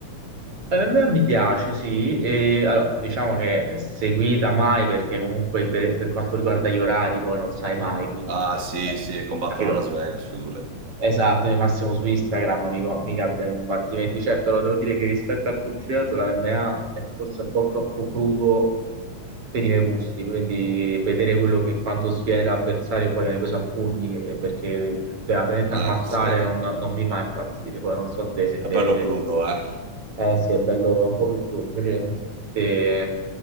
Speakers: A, on the right; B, on the right.
A: a me mi piace, sì. E, allora, diciamo che seguita mai perché comunque per, per quanto riguarda gli orari poi non sai mai, quindi...
B: Ah,
A: cioè,
B: sì, sì, combattono
A: capito?
B: a Las Vegas, figurati.
A: Esatto, io massimo su Instagram mi, co- mi capita i combattimenti. Certo, allora devo dire che rispetto al pugilato la MMA è forse un po' troppo crudo per i miei gusti, quindi vedere quello che quanto sviene l'avversario poi viene preso a pugni eh, perché poteva veramente
B: Ah,
A: ammazzare
B: sì, è
A: non, non mi fa impazzire. Poi non so te se te...
B: bello crudo, eh.
A: Eh sì, è bello è un po' più crudo. Invece te,